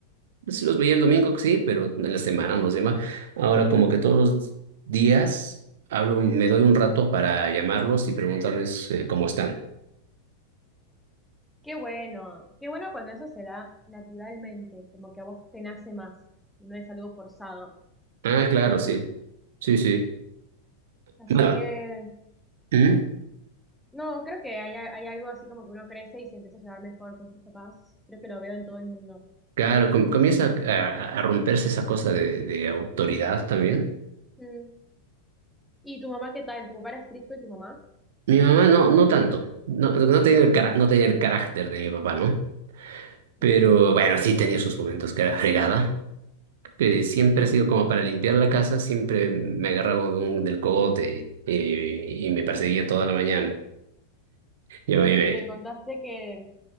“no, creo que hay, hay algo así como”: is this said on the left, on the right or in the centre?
Centre